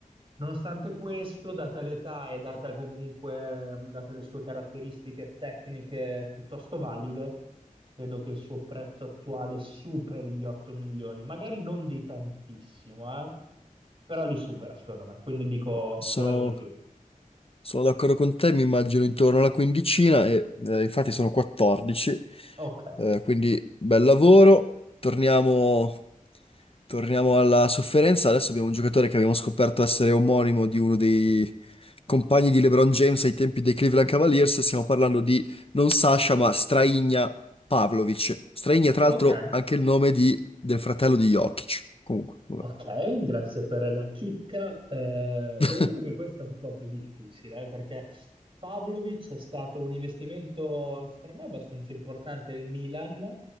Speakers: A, on the right; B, on the left.
A: Nonostante questo, data l'età e data comunque, date le sue caratteristiche tecniche piuttosto valide, credo che il suo prezzo attuale superi gli 8 milioni. Magari non di tantissimo, eh, Però li supera, secondo me. Quindi dico
B: Sono
A: che vale di più.
B: Sono d'accordo con te, mi immagino intorno alla quindicina e eh, infatti sono 14,
A: Ok.
B: eh, quindi bel lavoro. Torniamo, torniamo alla sofferenza. Adesso abbiamo un giocatore che abbiamo scoperto essere omonimo di uno dei compagni di LeBron James ai tempi dei Cleveland Cavaliers. Stiamo parlando di non Sasha, ma Straigna Pavlovic. Straigna, tra
A: Ok.
B: l'altro, anche il nome di- del fratello di Jokic. Comunque, vabbè.
A: Ok, grazie per la chicca. Eh,
B: <laughs>
A: devo dire che questo è un po' più difficile, eh, perché Pavlovic è stato un investimento, secondo me, abbastanza importante del Milan,